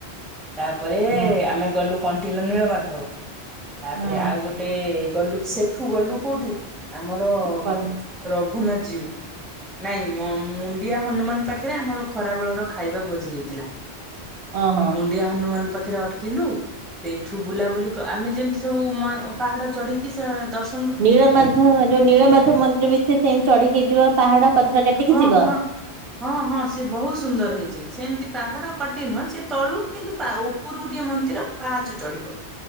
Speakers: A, in the centre; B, on the right (about 65°).
A: ତାପରେ
B: ହଁ
A: ଆମେ ଗଲୁ କଣ୍ଟିଲ ନୀଳମାଧବ ତାପରେ
B: ହଁ
A: ଆଉ ଗୋଟେ ଗୋଟେ ଗଲୁ ସେଠୁ ଗଲୁ କୋଉଠି ଆମର
B: କଣ
A: ରଘୁନାଥ ଯିୟୁ ନାଇଁ ମୁ ମୁଣ୍ଡିଆ ହନୁମାନ ପାଖରେ ଆମର ଖରା ବେଳର ଖାଇବା ଭୋଜି ହେଇଥିଲା।
B: ଓ ହଁ।
A: ଡିଆ ହନୁମାନ ପାଖରେ ଅଟକିଲୁ, ସେଠୁ ବୁଲାବୁଲି କ- ଆମେ ଯେମିତି ସବୁ ପାହାଢ଼ ଚଢିକି କି ସ ଦର୍ଶ
B: ନୀଳମାଧବ ଯୋଉ, ନୀଳମାଧବ ମନ୍ଦିର ବି ସେ ସେମିତି ଚଡ଼ିକି ଯିବ। ପାହାଡ ପଥର କାଟିକି
A: ହଁ
B: ଯିବ।
A: ହଁ ହଁ ହଁ ସେ ବୋହୁତ୍ ସୁନ୍ଦର ହେଇଛନ୍ତି। ସେମିତି ପାହାଡ କଟି ନୁହଁ, ସେ ତଳୁ କିନ୍ତୁ ତା ଉ ଉପରକୁ ଟିକେ ମନ୍ଦିର ପାହାଚ ଚଢିବ।